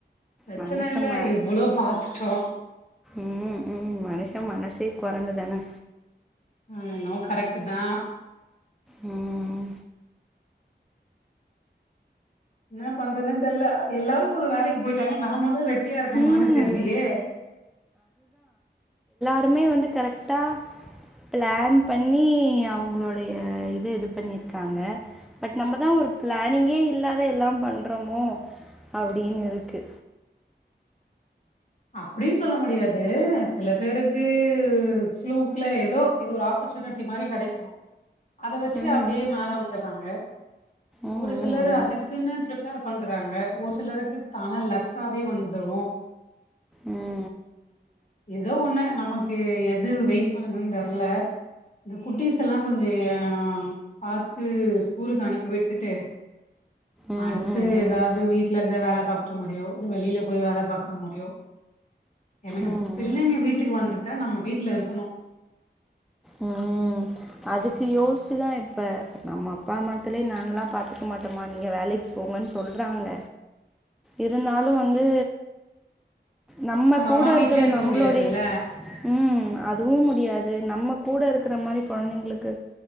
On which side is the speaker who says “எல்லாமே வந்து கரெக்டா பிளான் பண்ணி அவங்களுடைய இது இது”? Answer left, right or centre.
Centre